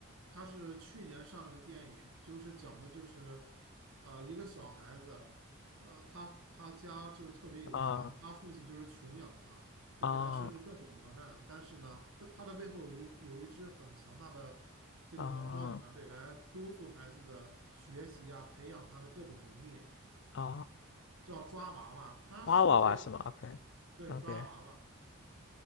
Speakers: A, on the right; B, on the left.
A: 它是去年上映的电影，就是讲的就是，呃，一个小孩子，呃，他他家就是特别有钱，
B: 啊
A: 他父亲就是穷养他，就给他设置各种磨难，
B: 啊
A: 但是呢，不他的背后有一有一支很强大的这个保障团队来督促孩子的学习呀、
B: 啊
A: 培养他的各种能力，
B: 啊，
A: 叫抓娃娃，他是这个，
B: 娃娃娃是吗？OK
A: 对，
B: OK，
A: 抓娃娃，